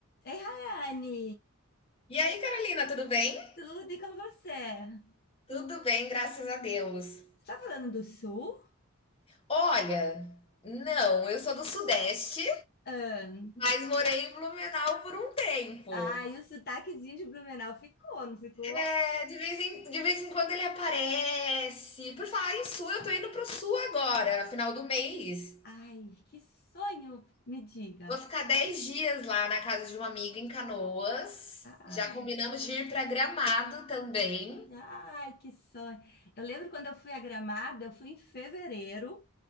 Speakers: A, on the left; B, on the left.
A: Ei, Rayane!
B: E aí, Carolina, tudo bem?
A: Tudo e com você?
B: Tudo bem, graças a Deus.
A: Você tá falando do sul?
B: Olha, não, eu sou do Sudeste,
A: Ah,
B: mas morei em Blumenau por um tempo.
A: ai, o sotaquezinho de Blumenau ficou, não ficou?
B: É, de vez em, de vez em quando ele aparece. Por falar em Sul, eu tô indo pro Sul agora, final do mês.
A: Ai, que sonho, me diga.
B: Vou ficar 10 dias lá na casa de uma amiga em Canoas.
A: Ai,
B: Já combinamos de ir para Gramado também.
A: ai, que sonho. Eu lembro quando eu fui a Gramado, eu fui em fevereiro